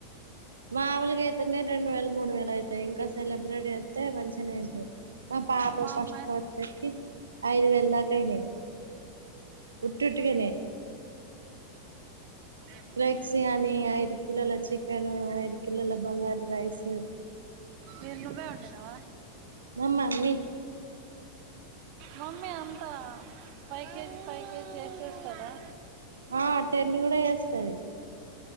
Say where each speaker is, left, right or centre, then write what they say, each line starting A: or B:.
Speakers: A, on the right (about 75°); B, on the right (about 45°).
A: మామూలుగా అయితేనే రెండు వేలు మూడు వేలు అయితాయి ఇంకా సెలబ్రటీ వస్తే మంచిగాిన అవుతాయి మా పాప
B: మా
A: ఫస్ట్
B: అమ్మాయి
A: బర్త్డే కి ఐదు వేళ దాకా అయినాయి ఉట్ట్టుకనాయి
B: ఆ.
A: రైక్స్యాని ఐదు కిలోోల చికెను ఐదు కిలోోల బగారు రైస్
B: మీరు నువ్వే వండినవ
A: మా మమ్మీ
B: మమ్మీ అంతా ఫైవ్ కేజీ ఫైవ్ కేజీ చేేసేస్తుందా
A: ఆ అ టెం కూడా చేస్తది